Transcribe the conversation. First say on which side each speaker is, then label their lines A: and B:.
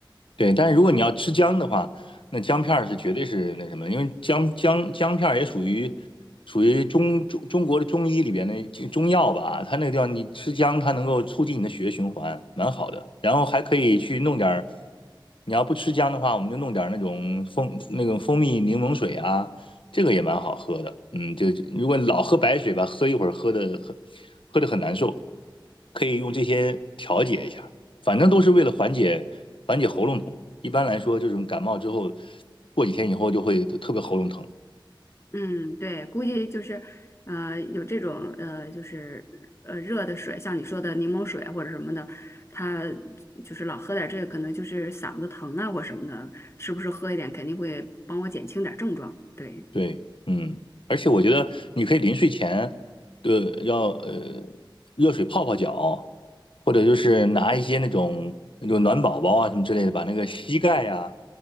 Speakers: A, on the left; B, on the left.
A: 对，但是如果你要吃姜的话，那姜片儿是绝对是那什么，因为姜姜姜片儿也属于属于中中中国的中医里边的中药吧，它那个地方你吃姜，它能够促进你的血液循环，蛮好的。然后还可以去弄点儿，你要不吃姜的话，我们就弄点儿那种蜂那种蜂蜜柠檬水啊，这个也蛮好喝的。嗯，就如果老喝白水吧，喝一会儿喝的喝喝的很难受，可以用这些调节一下。反正都是为了缓解缓解喉咙痛。一般来说，这种感冒之后，过几天以后就会特别喉咙疼，
B: 嗯，对，估计就是，呃，有这种呃，就是呃热的水，像你说的柠檬水或者什么的，他就是老喝点这个，可能就是嗓子疼啊或什么的，是不是喝一点肯定会帮我减轻点症状？对。
A: 对，嗯，而且我觉得你可以临睡前，对，要呃热水泡泡脚，或者就是拿一些那种那种暖宝宝啊什么之类的，把那个膝盖呀、